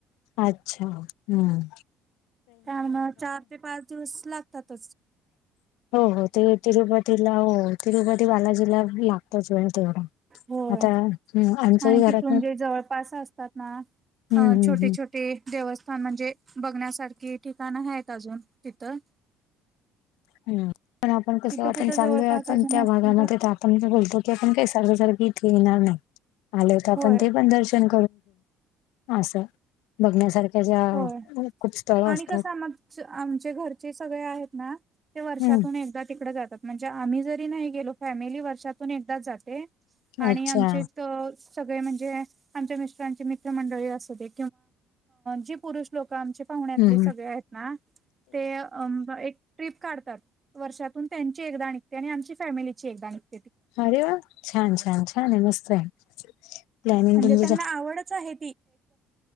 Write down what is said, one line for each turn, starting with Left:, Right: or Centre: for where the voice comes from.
Left: अच्छा! हम.
Right: चार ते पाच दिवस लागतात.
Left: हो ते तिरुपतीला तिरुपती बालाजीला लागतोच तेवढा.
Right: होय
Left: आता हम्म आमच्याही
Right: आणि तिथून
Left: घरात
Right: जे जवळपास असतात ना.
Left: हम्म
Right: हा
Left: हम्म
Right: छोटे
Left: हम्म
Right: छोटे देवस्थान म्हणजे बघण्यासारखी ठिकाणं आहेत अजून तिथं.
Left: हम. पण आपण कसं
Right: तिथं
Left: वाटण
Right: कुठं
Left: चालो
Right: जवळपास
Left: आहे पण
Right: अजून
Left: त्या पण आपण कसं आता चाललोय आपण त्या
Right: असतील
Left: भागामध्ये तर आपण बोलतो की आपण काही सारवसारखी इथे येणार नाही. आलोय तर आपण
Right: होय
Left: ते पण दर्शन असं बघण्यासार खुप
Right: होय
Left: खूप स्थळ
Right: आणि
Left: असतात.
Right: कसं आम आमचे घरचे सगळे आहेत ना ते वर्षातून
Left: हम्म
Right: एकदा तिकडे जातात. म्हणजे आम्ही जरी नाही गेलो तरी फॅमिली वर्षातून एकदा जाते. आणि
Left: अच्छा
Right: आमच्या इथं सगळे म्हणजे, आमच्या मिस्टरांचे मित्र मंडळी असू दे जी पुरुष लोक आमच्यापाहुण्यातले
Left: हम्म हम्म
Right: सगळे आहेत ना. ते अं ट्रीप काढतात वर्षातून त्यांची एकदा निघते आणि आमची फॅमिलीची एकदा निघते‌.
Left: अरे वा! छान छान मस्त आहे. प्लॅनिंग
Right: म्हणजे
Left: तुमचं
Right: त्यांना आवडच आहे.